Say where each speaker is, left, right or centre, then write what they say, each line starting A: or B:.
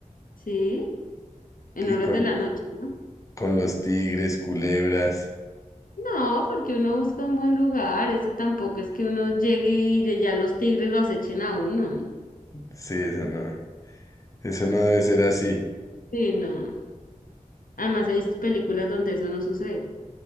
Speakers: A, on the left (about 80°); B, on the left (about 25°).
A: ¿sí? En
B: y
A: horas
B: con,
A: de la noche, ¿no?
B: con los tigres, culebras.
A: No, porque uno busca un buen lugar, eso tampoco es que uno llegue y le- ya los tigres lo acechen a uno, ¿no?
B: Sí, eso no, eso no debe ser así.
A: Sí, no. Además he visto películas donde eso no sucede.